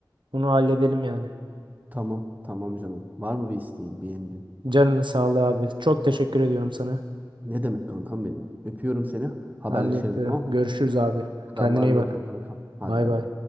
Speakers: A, on the right; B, on the right.
A: bunu halledelim yani.
B: Tamam, tamam canım. Var mı bir isteğin, bir emrin?
A: Canının sağlığı abi. Çok teşekkür ediyorum sana.
B: Ne demek kankam benim? Öpüyorum seni. Haberleşelim
A: Ben de öpüyorum.
B: tamam. mı?
A: Görüşürüz abi.
B: Hadi
A: Kendine
B: Allah'a
A: iyi
B: emanet
A: bak.
B: ol kankam. Hadi
A: Bay
B: bay
A: bay.
B: bay.